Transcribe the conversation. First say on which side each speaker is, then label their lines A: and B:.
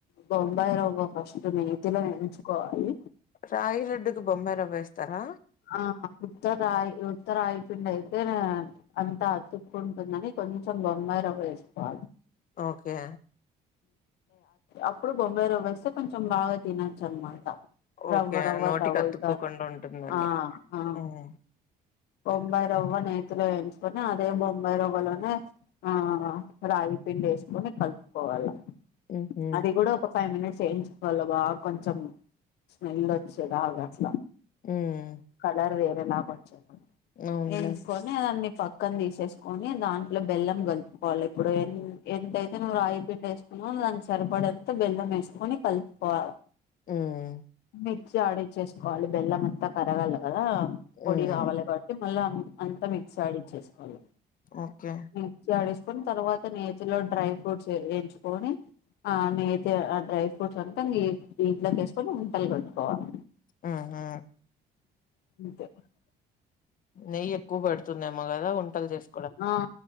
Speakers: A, on the left; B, on the left.
A: బొంబాయి రవ్వ ఫస్ట్ నేతిలో ఎంచుకోవాలి
B: రాగి లడ్డుకి బొంబయి రవ్వేస్తారా
A: ఆ ఉత్తరాయ్ ఉత్త రాయ్ పిండి అయితే అంతా అతుక్కుంటుందని కొంచెం బొమ్బాయ్ రవ్వ వేస్తా
B: ఓకే
A: అప్పుడు బొంబై రవెస్తే కొంచెం బాగా తినొచ్చు అన్మాట రవ్వ
B: ఓకే.
A: రవ్వ
B: నోటికి
A: తగులుతావున్
B: అతుక్కోకుండా ఉంటుందని.
A: ఆ ఆ
B: హ్మ్.
A: బొంబాయి రవ్వ నేతిలో వేయించుకొని అదే బొంబాయి రవ్వలోనే ఆ రాగి పిండి యెస్కొని కలుపుకోవాల
B: హుహు.
A: అది కూడా ఒక్ ఫైవ్ మినిట్స్ వేయించుకోవాల బా కొంచెం స్మెల్ వచ్చేదాగా అట్లా
B: హ్మ్
A: కలర్ వేరేలాగా వచేను
B: అవునులే.
A: ఏమ్స్ కొని అన్ని పక్కన తీసేసుకొని దాంట్లో బెల్లం కలుపుకోవాలి ఇప్పుడు ఎ ఎంతైతే నువ్ పిండి వేసుకున్నావొ దానికి సరిపడేంత బెల్లం వేసుకొని కలుపుకోవాల
B: హ్మ్
A: మిక్సీ ఆడిచ్చేసుకోవాలి బెల్లం అంతా కరగాలి కదా పొడి
B: ఉమ్
A: కావాలి కాబట్ మళ్ళా అంతా మిక్స్ ఆడిచ్చేసుకోవాలి
B: ఓకే
A: మిక్సీ ఆడేసుకొని తర్వాత నేచిలో డ్రై ఫ్రూట్స్ ఎంచుకొని ఆ నే అయితే ఆ డ్రై ఫ్రూట్స్ అంతా ఇ ఇ దీంట్లకెస్కొని ఉండలు కట్టుకోవాలి
B: హ్మ్ హు
A: <unintelligible>
B: నెయ్యి ఎక్కువ పడుతుందేమ్మో కదా ఉంట చేస్
A: ఆ